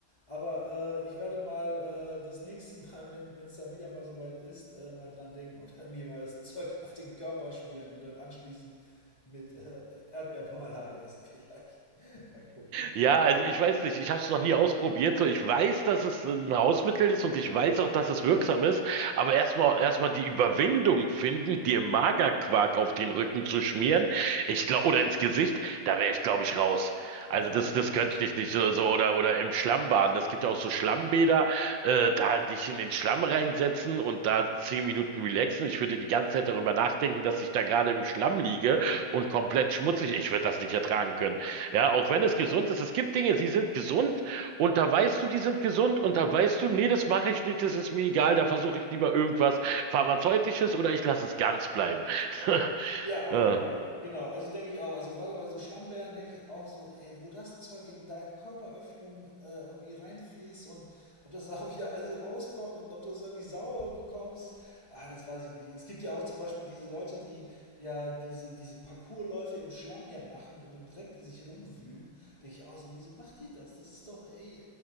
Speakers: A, on the left; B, on the right.
A: Aber äh, ich werde mal äh, das nächste Mal, wenn wenn es dann wieder mal soweit ist, äh, mal dran denken und <laughs> mir mal das Zeug auf den Körper schmieren und dann anschließend mit äh, Erdbeermarmelade essen vielleicht. <laughs> Mal gucken.
B: Ja, also ich weiß nicht, ich habe es noch nie ausprobiert. So, ich weiß, dass es äh, ein Hausmittel ist und ich weiß auch, dass es wirksam ist. Aber erstmal erstmal die Überwindung finden, dir Magerquark auf den Rücken zu schmieren, ich glaube, oder ins Gesicht, da wäre ich, glaube ich, raus. Also
A: Ja,
B: das, das könnte ich nicht. So, so, oder, oder im Schlamm baden Es gibt ja auch so Schlammbäder, äh, da dich in den Schlamm reinsetzen und da zehn Minuten relaxen. Ich würde die ganze Zeit darüber nachdenken, dass ich da gerade im Schlamm liege und komplett schmutzig. Ich würde das nicht ertragen können. Ja, auch wenn es gesund ist. Es gibt Dinge, sie sind gesund und da weißt du, die sind gesund und da weißt du, nee, das mache ich nicht, das ist mir egal, da versuche ich lieber irgendwas Pharmazeutisches oder ich lasse es ganz bleiben. <laughs>
A: Ja, auf
B: Ja.
A: jeden Fall. Genau. Also denke ich auch. Also gerade bei so Schlammbädern denke ich auch so, ey, wo das Zeug in deinen Körperöffnungen äh, irgendwie reinfließt und ob das <laughs> dann auch wieder alles rauskommt und ob du es irgendwie sauber bekommst, ah, das weiß ich nicht. Es gibt ja auch zum Beispiel diese Leute, die ja diese, diese Parkourläufe im Schlamm ja machen und im Dreck sich rumwühlen. Denke ich auch so, wieso macht ihr das? Das ist doch, ey,